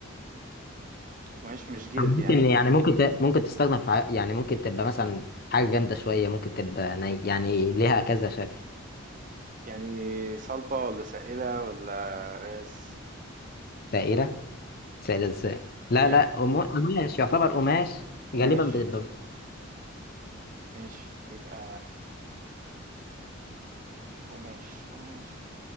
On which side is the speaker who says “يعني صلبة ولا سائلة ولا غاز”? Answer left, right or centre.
Right